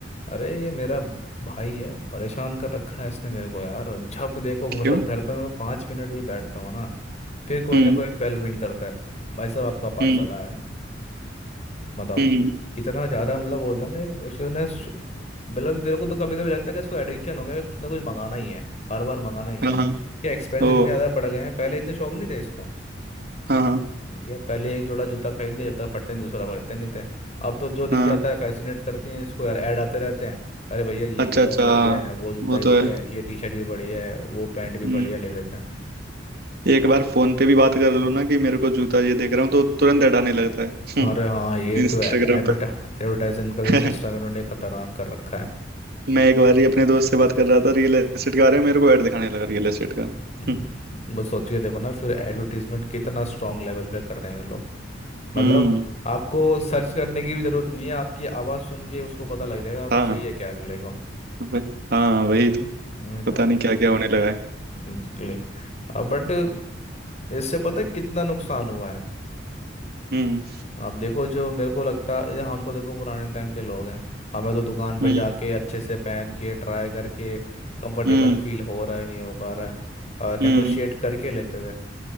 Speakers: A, on the left (about 40°); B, on the right (about 55°).
A: अरे ये मेरा भाई है परेशान कर रखा है इसने मेरे को यार जब देखो
B: क्यों
A: मतलब घर पे मैं पाँच मिनट भी बैठता हूँ ना फिर कोई
B: हम्म
A: ना कोई बेल रिंग करता है भाई साहब आपका पार्सल
B: हम्म
A: आया है बताओ
B: हम्म
A: इतना ज़्यादा मतलब बोलता ना उसने सु- मतलब मेरे को तो कभी कभी लगता है कि इसको एडिक्शन हो गया है, कुछ ना कुछ मंगाना ही है बार बार मंगाना ही है
B: हाँ हाँ
A: क्या एक्सपेंस
B: ओ
A: इतने ज़्यादा बढ़ गए हैं पहले इतने शौक नहीं थे इसको।
B: हाँ हाँ
A: क्योंकि यार पहले एक जोड़ा जूता खरीद लिया जब तक फटते नहीं दूसरा खरीदते नहीं थे अब तो जो दिख
B: हाँ
A: जाता है फैसिनेट करते हैं इसको यार ऐड आते रहते हैं अरे भैया ये
B: अच्छा
A: जूता
B: अच्छा
A: बढ़िया है वो जूता
B: वो
A: ही
B: तो
A: बढ़िया
B: है
A: है ये टी शर्ट भी बढ़िया है वो पैंट भी
B: हम्म
A: बढ़िया ले लेते हैं
B: एक बार फोन पे भी बात कर लो ना कि मेरे को जूता ये देख रहा हूँ तो तुरंत हटाने लगता है हम्म
A: अरे हाँ ये
B: इंस्टाग्राम
A: तो है, एडवर्टा
B: पे
A: एडवर्टाइजमेंट का भी
B: <laughs>
A: सिस्टम इन्होंने खतरनाक कर रखा है
B: मैं एक बार ही अपने दोस्त से बात कर रहा था रियल एस्टेट के बारे में मेरे को ऐड दिखाने लगा रियल एस्टेट का हम्म
A: हम्म, बस सोच के देखो ना फिर एडवर्टीजमेंट कितना स्ट्रांग लेवल पे कर रहे हैं लोग मतलब
B: हम्म,
A: आपको सर्च करने की भी जरूरत नहीं है आपकी आवाज़ सुन के उसको पता लग जाएगा आप
B: हाँ
A: चाहिए क्या अगले को
B: वह- हाँ वही तो
A: नहीं
B: पता
A: तो
B: नहीं क्या क्या होने लगा है
A: एग्जैक्टली बट इससे पता है कितना नुकसान हुआ है
B: हम्म
A: आप देखो जो मेरे को लगता है या हम तो देखो पुराने टाइम के लोग हैं हमें तो दुकान पर
B: हम्म
A: जाके अच्छे से पहन के ट्राई करके कंफर्टेबल
B: हम्म
A: फील हो रहा है नहीं हो पा रहा है और नेगोशिएट
B: हम्म
A: करके लेते थे